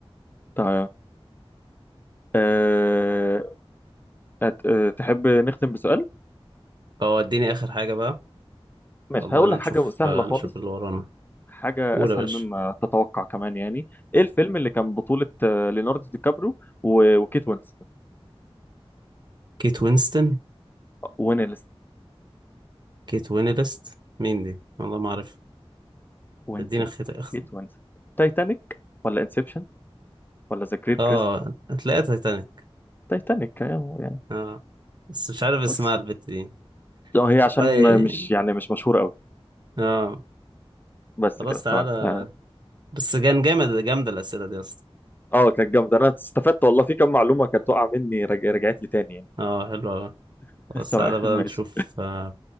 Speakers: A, on the left; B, on the right.
A: طيب أه أت- أه تحب نختم بسؤال
B: وديني اخر حاجه بقى
A: ماشي
B: والله
A: هقول
B: بينا
A: لك
B: نشوف
A: حاجة سهلة
B: نشوف
A: خالص
B: اللي ورانا
A: حاجة
B: قول
A: أسهل
B: يا باشا
A: مما تتوقع كمان يعني إيه الفيلم اللي كان بطولة آه، ليوناردو دي كابرو و- وكيت وينسلت
B: كيت وينستون
A: وين ليست
B: كيت وينلست مين دي والله ما اعرف
A: وينسلت
B: ادينا خيط اخت
A: كيت وينسلت تايتانيك ولا انسبشن ولا ذا جريت
B: اه
A: كريست
B: هتلاقيها تايتانيك
A: تايتانيك يعني يعني
B: اه بس مش عارف اسمها
A: بس
B: البت دي
A: اه هي عشان
B: والله
A: ما- مش يعني مش مشهورة قوي
B: اه
A: بس
B: خلاص
A: كده
B: تعالى
A: تمام اه
B: بس كان جامد جامدة الأسئلة دي أصلا
A: آه، كانت جامدة انا استفدت والله في كم معلومة كانت واقعة مني رج... رجعت لي تاني يعني
B: اه حلوة أوي.
A: <laughs>
B: خلاص
A: تمام
B: تعالى بقى
A: ماشي
B: نشوف آه،